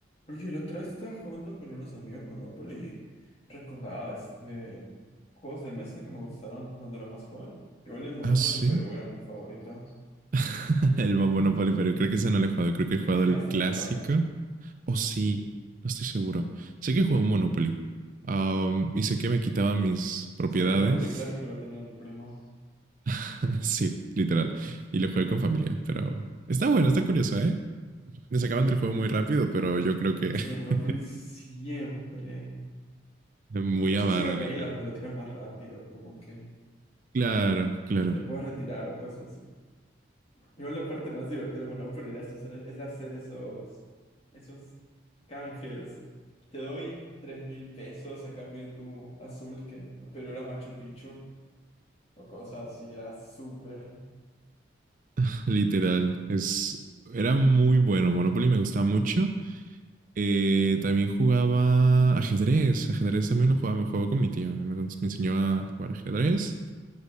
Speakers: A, on the left; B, on the right.
A: Oye, la otra vez estaba jugando con unos amigos Monopoly. Recordaba este juegos de mesa que me gustaron cuando era más joven. Igual el Monopoly
B: Ah, sí.
A: Perú era mi favorito.
B: <laughs> El Bob Monopoly, pero creo que ese no lo he jugado. Creo que he jugado
A: ¿Lo llegaste
B: el clásico.
A: a jugar tú?
B: O sí, no estoy seguro. Sé que jugué un Monopoly. Um, y sé que me quitaba mis propiedades.
A: Sí, el Monopoly clásico lo tenía mi primo.
B: <laughs> sí, literal. Y lo jugué con familia, pero está bueno, está curioso, ¿eh? Me sacaban del juego muy rápido, pero yo creo que
A: Sí,
B: <laughs>
A: el Monopoly siempre.
B: muy
A: O
B: avaro,
A: sea, sí hay reglas
B: literal.
A: donde lo tiras más rápido, como que
B: Claro, claro,
A: te puedes retirar o cosas Igual la parte más divertida de Monopoly era hacer, era hacer esos, esos canjes. Te doy tres mil pesos a cambio de tu azul, que en Perú era Machu Picchu, o cosas así, era súper.
B: <laughs> literal. Es, era muy bueno. Monopoly me gustaba mucho. Eh, también jugaba ajedrez. Ajedrez también lo jugaba, me jugaba con mi tío. Me, me enseñó a jugar ajedrez.